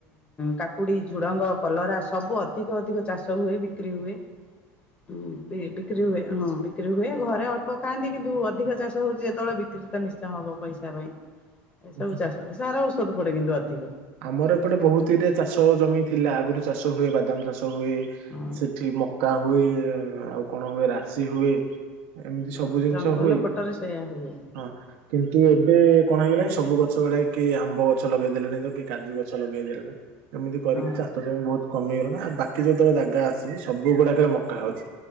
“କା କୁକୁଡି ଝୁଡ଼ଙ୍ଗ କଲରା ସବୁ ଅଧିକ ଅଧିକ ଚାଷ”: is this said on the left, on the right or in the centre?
Left